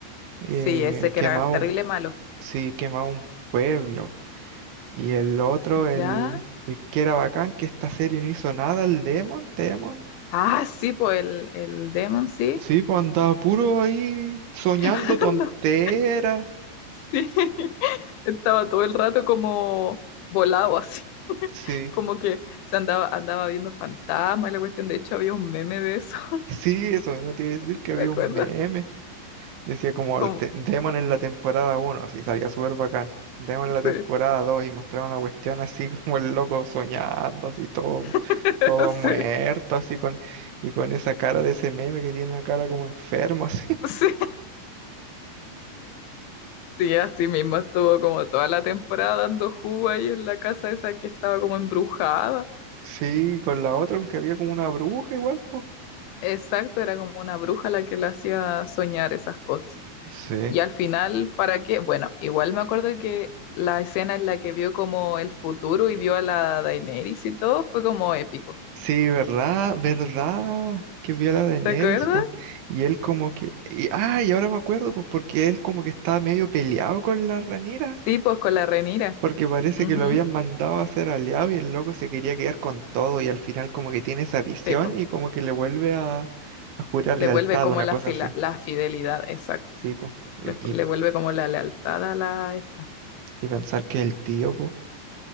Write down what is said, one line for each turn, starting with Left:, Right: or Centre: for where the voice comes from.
Right: eh,
Left: Sí, ese que
Right: quemaba
Left: era terrible
Right: un,
Left: malo.
Right: sí, quemaba un pueblo. Y el otro, el,
Left: ¿Ya?
Right: el que era bacán, que esta serie no hizo nada, el Demon, Demon.
Left: Ah, sí, pues el, el Demon, sí.
Right: Sí, pues andaba puro ahí soñando
Left: <laughs>
Right: tonteras.
Left: Sí. Estaba todo el rato como volado <laughs> así,
Right: Sí,
Left: como que se andaba, andaba viendo fantasmas y la cuestión. De hecho, había un meme de eso,
Right: <laughs> sí, eso mismo te iba a decir
Left: <laughs>
Right: que había
Left: ¿te acuerdas?
Right: un meme. Decía como
Left: Como,
Right: el te- Demon en la temporada uno así salía súper bacán. Demon en
Left: sí,
Right: la temporada 2 y mostraban la cuestión así <laughs> como el loco soñando, así todo,
Left: <laughs>
Right: todo
Left: sí,
Right: muerto, así con, y con esa cara de ese meme que tiene una cara como enfermo, así. <laughs>
Left: sí. Sí, así mismo estuvo como toda la temporada dando jugo ahí en la casa esa que estaba como embrujada.
Right: Sí, con la otra, porque había como una bruja igual, pues.
Left: Exacto, era como una bruja la que le hacía soñar esas cosas.
Right: Sí.
Left: Y al final, ¿para qué? Bueno, igual me acuerdo que la escena en la que vio como el futuro y vio a la Daenerys y todo fue como épico.
Right: Sí, verdad, verdad, que vio a la Daenerys,
Left: ¿Te acuerdas?
Right: pues. Y él como que, y, ah, y ahora me acuerdo, pues, porque él como que estaba medio peleado con la Ranira.
Left: Sí, pues con la Renira.
Right: Porque parece
Left: Ujú.
Right: que lo habían mandado a ser aliado y el loco se quería quedar con todo y al final como que tiene esa visión
Left: Sí, pues.
Right: y como que le vuelve a, a jurar
Left: Le
Right: lealtad,
Left: vuelve como
Right: una
Left: la
Right: cosa
Left: fila,
Right: así.
Left: la fidelidad, exacto.
Right: Sí, po. Y,
Left: Le, fu- le
Right: y-
Left: vuelve como la lealtad a la esta.
Right: y pensar que el tío, po.